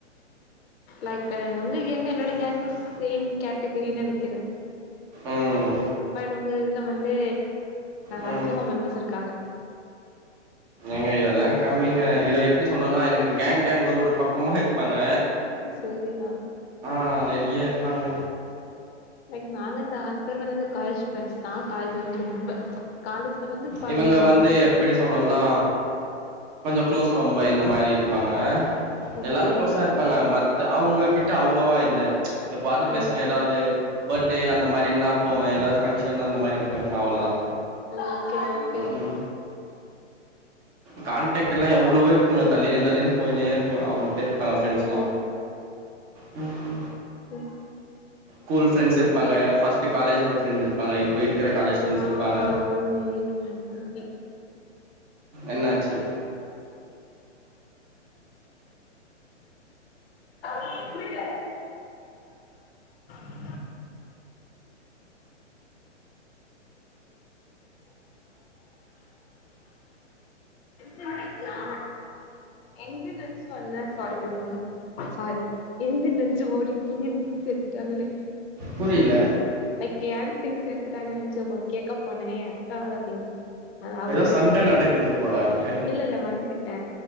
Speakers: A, on the left (about 55°); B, on the right (about 20°).
A: லைக் உங்க கேங்கு என்னோட கேங்கு சேம் கேட்டகரின் நினைக்கிற
B: ம்
A: பட் உங்க இதுல வந்து
B: ம்
A: அதிகமா மெம்பர்ஸ் இருக்காங்க
B: ஏங்க இதெல்லா கம்மிங்க இத எப்டி சொல்ணுனா எனக்கு கேங் கேங் ஒரு ஒரு பக்கமா இருப்பாங்க
A: செரி தா
B: ஆ நெறைய இருப்பாங்க
A: லைக் நாங்க இந்த ஆறு பேர் வந்து இந்த காலேஜ் மேட்ஸ் தா காலேஜ்ல இருந்து ரொம்ப காலேஜ்ல வந்து பாருங்க
B: இவங்ள
A: ஒன்
B: வந்து
A: இ
B: எப்பனடி சொல்ணுனா கொஞ்சோ க்ளோஸ் ரொம்ப இந்த மாரி இருப்பாங்க
A: ஓகே
B: எல்லாரு குளோஸா பாங்க மத்த அவங்க கிட்ட அவ்ளோவா இல்ல எப்பவாது பேசுவே
A: ஓ
B: ஏதாவது பர்த்டே அந்த மாரினா போவே ஏதாது ஃபங்ஷ என் அந்த மாரி நோவ அவ்ளோதா
A: ஓகே ஓகே
B: ம் ம் காண்டெக்ட்லா எவ்ளவோ இருக்கு தள்ளினு தள்ளினு போய்னே இருப்ப அவ்ளோ பேர் இருக்காங்க ஃப்ரெண்ட்ஸ்லா
A: ஓ
B: ம்
A: ம்
B: ஸ்கூல் ஃப்ரெண்ட்ஸ் இருபாங்க ஃபர்ஸ்ட்ஞு காலேஜோட ஃப்ரெண்ட் இருப்பாங்க இப்பா இருக்கிற காலேஜ் ஃப்ரெண்ட்ஸ்
A: ஆ
B: இருப்பாங்க
A: ஒன் மினிட் ஒன் பண்ணே
B: என்னாச்சு
A: ம் புரில <unintelligible> நா எந்து என்து நன்ச்சுட்டு வந்த சாரி போய்ட்டு வாங்க சாரி என்து நெனச்அசு ஓடி போயி எ திங்ஸ் எடுத்துட்டாங்கனு
B: புரில
A: லைக் ஏ திங்ஸ் எடுத்துட்டாங்கன் நினைச்சு போயி கேக்க போன எ அக்காவோட திங்ஸ் அ அவளுக்கு
B: ஏதோ சண்ட
A: எடுத்தாவ
B: நடக்குது போல அங்க
A: இல்ல இல்ல வந்துகிட்ட